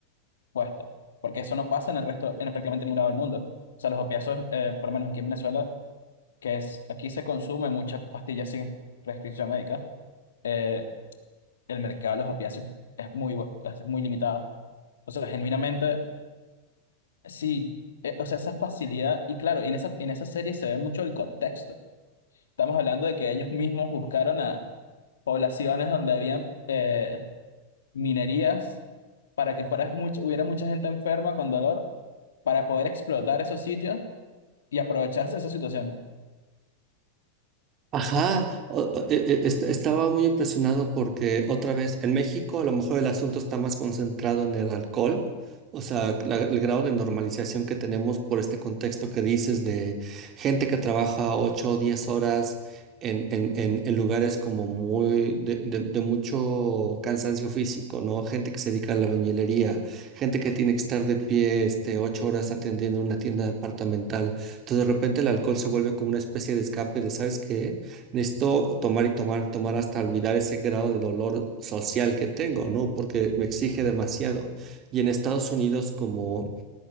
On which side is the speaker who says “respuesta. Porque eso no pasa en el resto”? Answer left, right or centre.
Left